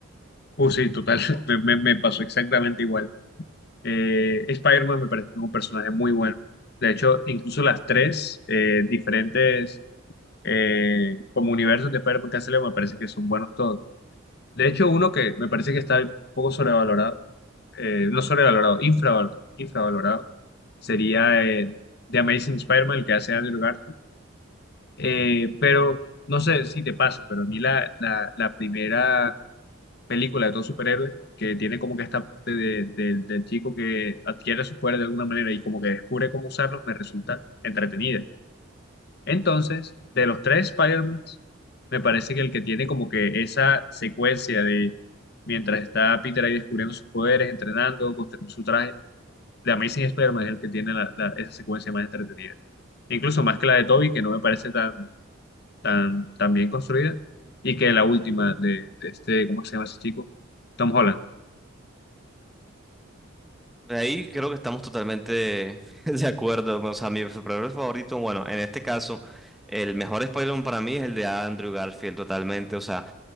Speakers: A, on the left; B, in the centre.
A: uh, sí, total, <laughs> me, me- me pasó exactamente igual. Eh, Spider-Man me parece que es un personaje muy bueno. De hecho, incluso las tres eh, diferentes eh, como universos de Spider-Man que han salido me parece que son buenos todos. De hecho, uno que me parece que está un poco sobrevalorado, eh, no sobrevalorado, infraval- infravalorado, sería eh, The Amazing Spider-Man, el que hace Andrew Garfield. Eh, pero no sé si te pasa, pero a mí la, la, la primera película de todo superhéroe, que tiene como que esta parte de- del del chico que adquiere sus poderes de alguna manera y como que descubre cómo usarlos, me resulta entretenida. Entonces, de los tres Spider-Mans, me parece que el que tiene como que esa secuencia de mientras está Peter ahí descubriendo sus poderes, entrenando, construyendo su traje, de Amazing Spider-Man es el que tiene la- la- esa secuencia más entretenida. Incluso más que la de Toby, que no me parece tan, tan, tan bien construida, y que la última de, de este, ¿cómo se llama ese chico? Tom Holland.
B: De ahí creo que estamos totalmente <laughs> de acuerdo. O sea, mi superhéroe favorito, bueno, en este caso, el mejor Spider-Man para mí es el de Andrew Garfield, totalmente. O sea,